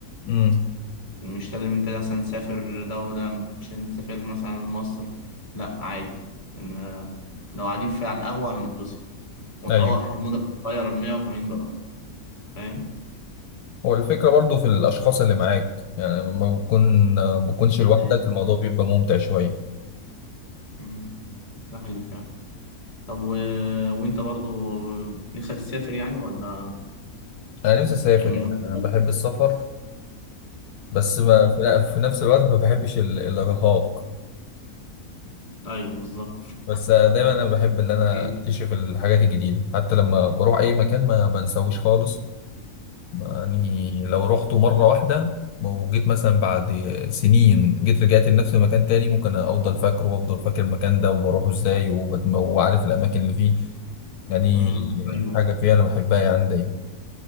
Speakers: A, on the left; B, on the left.
A: امم
B: مش لازم انت مثلا تسافر دوله مش لازم تسافر مثلا مصر لا عادي إن- لو قاعدين في على القهوه هنتبسط وتروح
A: ايوه
B: مودك تغير ال 180 درجه فاهم
A: هو الفكرة برضو في الأشخاص اللي معاك يعني لما بتكون بتكونش
B: ده
A: لوحدك
B: حقيقي
A: الموضوع بيبقى ممتع شوية
B: مم. ده حقيقي فعلا طب و... وانت برضو نفسك تسافر يعني ولا
A: أنا نفسي أسافر
B: يعني من
A: أنا
B: هواياتك؟
A: أنا بحب السفر بس ما
B: مم.
A: في لا- في نفس الوقت ما بحبش ال- الإرهاق
B: ايوه بالظبط
A: بس دايما أنا بحب إن أنا
B: <laughs> إيه.
A: أكتشف الحاجات الجديدة حتى لما بروح أي مكان ما بنساوش خالص يعني لو رحته مرة واحدة وجيت مثلا بعد سنين جيت رجعت لنفس المكان تاني ممكن أفضل فاكره وأفضل فاكر المكان ده وبروحه إزاي وبت- وعارف الأماكن اللي فيه يعني
B: مم. ايوه
A: حاجة فيها أنا بحبها يعني دايما